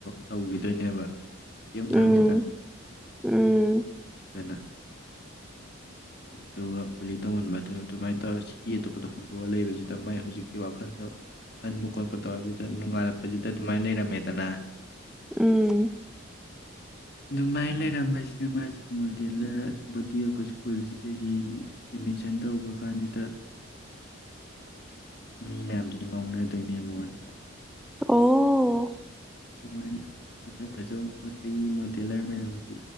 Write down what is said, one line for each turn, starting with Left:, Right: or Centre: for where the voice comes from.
Left: ꯇꯧꯈꯤꯗꯣꯏꯅꯦꯕ ꯀꯦꯝ
Centre: ꯎꯝ
Left: ꯊꯥꯡꯁꯤ ꯀ
Centre: ꯎꯝ
Left: ꯑꯗꯨꯅ ꯑꯗꯨꯒ ꯒꯣꯂꯤ ꯇꯧꯍꯟꯕꯗꯨ ꯑꯗꯨꯃꯥꯏꯅ ꯇꯧꯔ ꯁꯤꯇꯤ ꯑꯇꯣꯞꯄꯗ ꯍꯣꯡꯗꯣꯛꯑ ꯂꯩꯕꯁꯤꯗ ꯃꯥꯏ ꯍꯧꯖꯤꯛꯀꯤ ꯋꯥꯈꯜꯗꯣ ꯈꯟꯕ ꯈꯣꯠꯄ ꯇꯧꯔꯁꯤꯗ ꯅꯨꯡꯉꯥꯏꯜꯂꯛꯄꯁꯤꯗ ꯑꯗꯨꯃꯥꯏꯅ ꯂꯩꯔꯝꯃꯦꯗꯅ
Centre: ꯎꯝ
Left: ꯑꯗꯨ ꯃꯥꯥꯏ ꯂꯩꯔꯝꯥꯏꯁꯤꯅ ꯃꯥꯁ ꯃꯗꯤꯂꯕꯨꯗꯤꯑꯣ ꯁ꯭ꯀꯨꯜꯁꯤꯗꯒꯤ ꯑꯦꯠꯃꯤꯁꯟ ꯇꯧꯕ ꯀꯥꯟꯁꯤꯗ ꯃꯤ ꯃꯌꯥꯝꯁꯤꯅ ꯉꯥꯎꯅꯗꯣꯏꯅꯦ ꯃꯉꯣꯟꯗ
Centre: ꯑꯣ
Left: ꯑꯗꯨꯃꯥꯏꯅ ꯐꯖ ꯐꯖꯕ ꯈꯣꯠꯄꯒꯤ ꯃꯣꯇꯦꯂꯔ ꯃꯌꯥꯝꯒꯤ